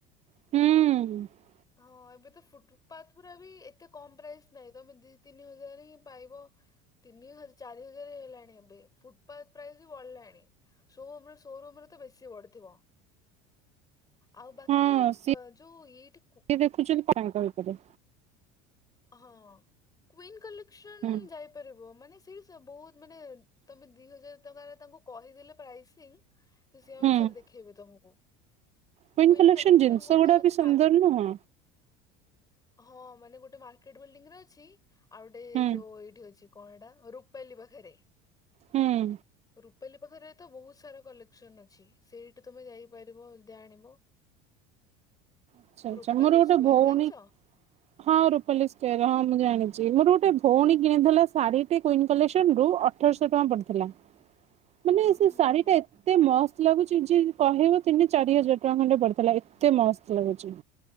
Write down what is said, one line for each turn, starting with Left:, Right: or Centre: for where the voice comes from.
Right: ହୁଁ।
Left: ହଁ ଏବେ ତ ଫୁଟପାତ୍ ଗୁରା ବି ଏତେ କମ୍ ପ୍ରାଇସ୍ ନାହିଁ ତମେ ଦି ତିନି ହଜାର ରେ ହିଁ ପାଇବ। ତିନି ହଜ, ଚାରି ହଜାର ହେଲାଣି ଏବେ। ଫୁଟପାତ୍ ପ୍ରାଇସ୍ ବି ବଢିଲାଣି। ସୋରୁମ୍ ରେ ସୋରୁମ୍ ରେ ତ ବେଶୀ ବଢିଥିବ। ଆଉ ବାକି
Right: ହଁ, ସିଏ
Left: ପ- ଯୋଉ ଏଇଠି କୁ-
Right: ବି ଦେଖୁଛନ୍ତି <unintelligible> ଭିତରେ।
Left: ହଁ କ୍ୱିନ୍ କଲେକ୍ସନ
Right: ହୁଁ
Left: ଯାଇପାରିବ, ମାନେ ସେଇଠି ବହୁତ୍ ମାନେ ତମେ ଦି ହଜାର ଟଙ୍କା ରେ ତାଙ୍କୁ କହିଦେଲେ ପ୍ରାଇସିଂ ସିଏ ସେ
Right: ହୁଁ
Left: ଅନୁସାରେ ଦେଖେଇବେ ତମକୁ।
Right: କୁଇନ୍
Left: କ୍ୱିନ୍ କଲେକ୍ସନ
Right: ଜିନିଷ
Left: ଗୋଟେ
Right: ଗୁଡା
Left: ଅଛି
Right: ବି ସୁନ୍ଦର
Left: ମା
Right: ନୁହଁ
Left: ହଁ ମାନେ ଗୋଟେ ମା ମାର୍କେଟ ବିଲ୍ଡିଙ୍ଗ ରେ ଅଛି। ଆଉ ଗୋଟେ
Right: ହୁଁ
Left: ଯୋଉ ଏଇଠି ଅଛି କଣ ଏଟା ରୂପାଲି ପାଖରେ।
Right: ହୁଁ
Left: ରୂପାଲି ପାଖରେ ତ ବହୁତ ସାରା କଲେକ୍ସନ ଅଛି। ସେଇଠି ତମେ ଯାଇପାରିବ ଯଦି ଆଣିବ।
Right: <unintelligible>
Left: ରୂପାଲି ସ୍କୋୟାର
Right: ଗୋଟେ ଭଉଣୀ
Left: ଜାଣିଛ?
Right: ହଁ ରୁପାଲିସ୍ କେୟାର ହଁ ମୁଁ ଜାଣିଚି। ମୋର ଗୋଟେ ଭଉଣୀ କିଣିଥିଲା ଶାଢୀ ଟେ କ୍ୱିନ୍ କଲେସନ ରୁ ଅଠରଶହ ଟଙ୍କା ପଡ଼ିଥିଲା।
Left: <inaudible> <inaudible>
Right: ମାନେ ସେ
Left: ହୁଁ।
Right: ଶାଢ଼ୀ ଟା ଏତେ ମସ୍ତ ଲାଗୁଚି ଯିଏ କହିବ ତିନି ଚାରି ହଜାର ଟଙ୍କା ଖଣ୍ଡେ ପଡିଥିଲା ଏତେ ମସ୍ତ ଲାଗୁଚି।